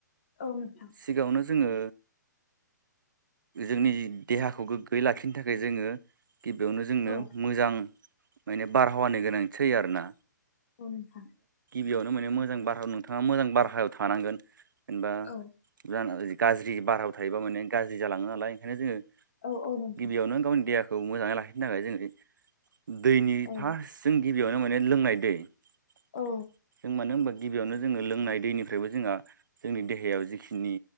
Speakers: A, on the left; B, on the right.
A: औ नोंथां
B: सिगाङावनो जोङो जोंनि देहाखौ गोग्गोयै लाखिनो थाखाय जोङो गिबियावनो जोंनो
A: औ
B: मोजां माने बारहावानि गोनांथि जायो आरो ना
A: औ नोंथां
B: बेयावनो माने मोजां बारहायाव नोंथाङा मोजां बारहायाव थानांगोन जेनेबा
A: औ
B: <unintelligible> गाज्रि बारहायाव थायोबा माने गाज्रि जालाङो नालाय ओंखायनो जोङो
A: औ औ नोंथां
B: गिबियावनो गावनि देहा खौ मोजाङै लाखिनो थाखाय जोंङो दैनि
A: औ
B: फार्स्ट जों गिबियावनो माने लोंनाय दै जों
A: औ
B: मानो होनबा गिबियावनो जोङो लोंनाय दैनिफ्रायबो जोंहा जोंनि देहायाव जिखिनि